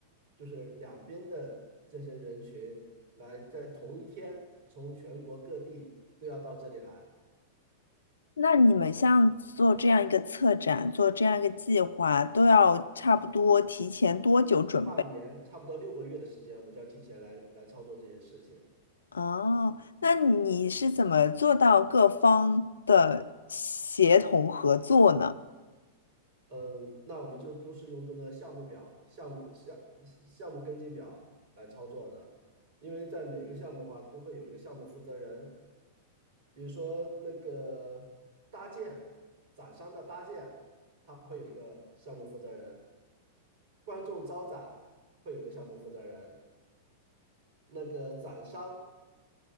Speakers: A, on the right; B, on the left.
A: 就是两边的这些人群来在同一天从全国各地都要到这里来，
B: 那你们像做这样一个策展，做这样一个计划，都要差不多提前多久准备？
A: 半年差不多六个月的时间，我们就要提前来来操作这些事情。
B: 哦，那你是怎么做到各方的协同合作呢？
A: 嗯，那我们就都是用这个项目表、项目项项目跟进表来操作的，因为在每一个项目的话，都会有一个项目负责人，比如说那个搭建展商的搭建，他会有一个项目负责人；观众招展会有个项目负责人，那个展商